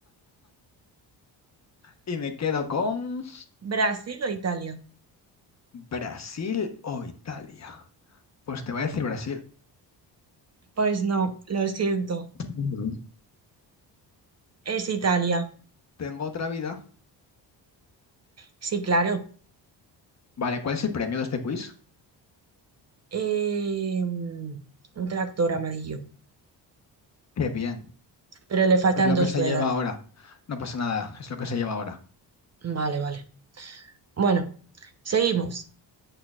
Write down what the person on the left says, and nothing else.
Y me quedo con
Brasil o Italia. Pues te voy a decir Brasil.
Ujú.
Tengo otra vida.
Vale, ¿cuál es el premio de este quiz?
Qué bien.
Es lo
que se
lleva ahora. No pasa nada, es lo que se lleva ahora.